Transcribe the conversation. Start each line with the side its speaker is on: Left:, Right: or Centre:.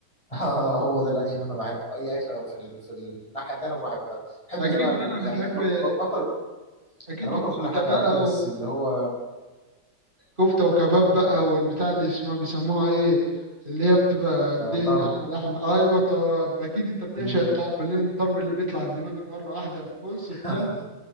Left: <laughs> آه، هو ده الاكل اللي انا بحبه اي اكل في ال... في الناحيه دي انا بحبها ما بحبش
Right: اكيد
Left: بقى ال...
Right: بقى بتحب
Left: يعني باك- ب... باكل
Right: اكيد
Left: انا باكل
Right: الكفته
Left: كل حاجه
Right: بقى
Left: عادي بس اللي هو
Right: كفتة وكباب بقى والبتاع اللي اسمها بيسموها ايه اللي هي بتبقى
Left: آه
Right: دهنة
Left: طرب
Right: على اللحمة ايوه طرب اكيد انت بتعشق
Left: مم.
Right: الطرب لان الطرب اللي بيطلع الدماغ مرة واحدة بص
Left: <laughs>
Right: في ثانية